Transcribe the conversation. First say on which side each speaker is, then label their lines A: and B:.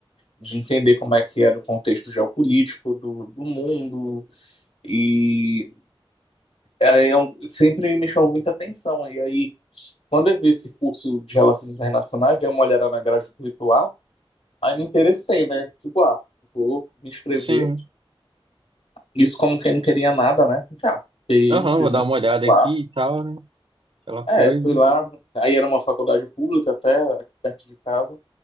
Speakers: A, on the left; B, on the right.
A: de entender como é que era o contexto geopolítico do, do mundo. E é, é um- sempre me chamou muita atenção. E aí, Quando eu vi esse curso de Relações Internacionais, dei uma olhada na grade curricular, aí me interessei, né? tipo ah, vou me inscrever.
B: sim.
A: Isso como quem não queria nada, né? Já, peguei,
B: Aham,
A: me inscrevi
B: vou dar
A: no
B: uma
A: curricular.
B: olhada aqui e tal, né? Aquela
A: É,
B: coisa.
A: fui lá, aí era uma faculdade pública até, aqui perto de casa.